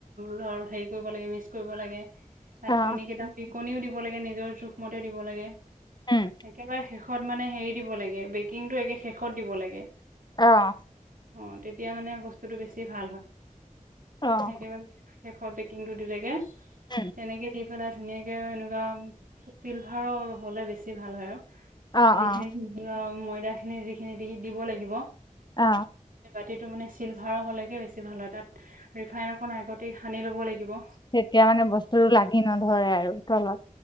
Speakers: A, on the right (about 85°); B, on the left (about 30°).
A: লৰ হেৰি কৰিব লাগে মিছ কৰিব লাগে তাত
B: অ',
A: কণীতা দি কণীও দিব লাগে নিজৰ জোখমতে দিব লাগে।
B: উম,
A: একেবাৰে শেষ শেষত মানে হেৰি দিব লাগে, বেকিংটো একে শেষত দিব লাগে।
B: আহ
A: অ তেতিয়া মানে বস্তু বস্তুটো বেছি ভাল হয়।
B: অ',
A: সেইটোৱে শেষৰ বেকিংটো দিলেগৈ
B: উম,
A: তেনেকে দি পেলাই ধুনীয়াকে এনেকুৱা চিলভাৰৰ হ'লে বেছি ভাল হয় আৰু
B: অ', অ',
A: <unintelligible> ময়দা খিনি যিখিনি দি দিব লাগিব।
B: অ'।
A: বাতিটো মানে চিলভাৰৰ হ'লে একে বেছি ভাল হয় তাত ৰিফাইন অকণ আগতেই সানি ল'ব লাগিব।
B: তেতিয়া মানে বস্তুটো লাগি নধৰে আৰু তলত।